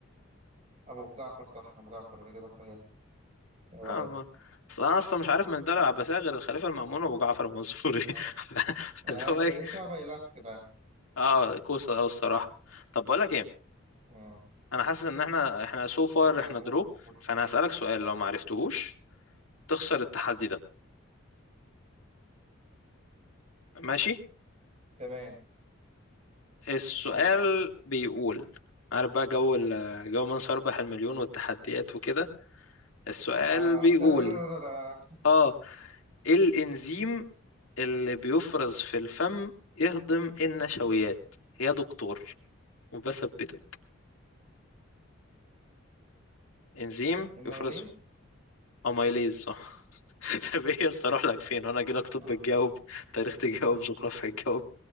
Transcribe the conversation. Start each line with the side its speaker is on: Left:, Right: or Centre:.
Right: أبو جعفر صح أبو جعفر الإجابة الصحيحة يا ولد
Left: لا ما- أصل أنا أصلا مش عارف من الدولة العباسية غير الخليفة المأمون وأبو جعفر المنصوري
Right: اه,
Left: <laughs>
Right: آه.
Left: اللي هو
Right: أنت
Left: إيه
Right: جيتها بايلك بقى
Left: أه كوسة أوي الصراحة طب بقول لك إيه
Right: اه
Left: أنا حاسس إن إحنا إحنا سو فار
Right: تمام
Left: إحنا درو
Right: قول
Left: فأنا هسألك سؤال لو ما عرفتهوش تخسر التحدي ده ماشي
Right: تمام
Left: السؤال
Right: ماشي
Left: بيقول عارف بقى جو ال- جو من سيربح المليون والتحديات وكده السؤال
Right: اه
Left: بيقول
Right: تدررررر.
Left: اه ايه الانزيم اللي بيفرز في الفم يهضم النشويات يا دكتور وبثبتك انزيم
Right: المايليز
Left: يفرز في اميليز صح <laughs> طب ايه يس اروح لك فين انا كده اكتب
Right: صح
Left: بتجاوب تاريخ تجاوب جغرافيا تجاوب